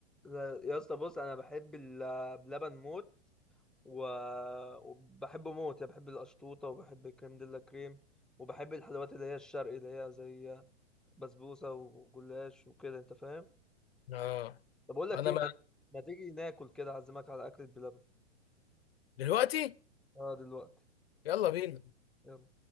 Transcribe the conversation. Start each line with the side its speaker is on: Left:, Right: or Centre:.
Centre: لا، يا اسطى بص انا بحب ال- بلبن موت و... وبحبه موت يعني بحب القشطوطة وبحب الكريم ديلا كريم وبحب الحلويات اللي هي الشرقي اللي هي زي بسبوسة وجلاش وكده انت فاهم
Left: اه
Centre: طب اقول لك
Left: انا
Centre: ايه
Left: ما
Centre: ما... ما تيجي ناكل كده اعزمك على اكلة بلبن
Left: دلوقتي
Centre: اه دلوقتي
Left: يلا بينا
Centre: يلا